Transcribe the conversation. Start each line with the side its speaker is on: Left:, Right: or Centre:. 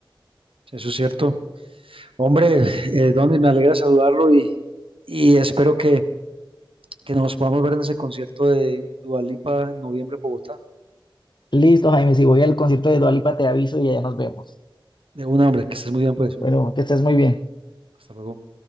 Right: eso es cierto. Hombre, <laughs> eh, Donny, me alegra saludarlo y, y espero que, que nos podamos ver en ese concierto de Dua Lipa en noviembre en Bogotá.
Left: Listo, Jaime. Si voy al concierto de Dua Lipa, te aviso y allá nos vemos.
Right: De un hombre, que estés muy bien, pues.
Left: Bueno, que estés muy bien.
Right: Hasta luego.